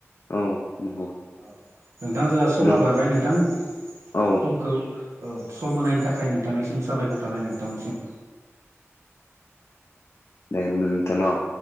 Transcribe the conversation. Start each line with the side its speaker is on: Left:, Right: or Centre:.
Left: औ नंगौ।
Right: औ नोंथां जोंहा समा
Left: नों
Right: बारबाय नोंथां समखौ
Left: औ
Right: औ सम होनायनि थाखाय नोंथांनिसिम साबायखर थाबाय नोंथांनिसिम।
Left: दे होंडा नोंथां न'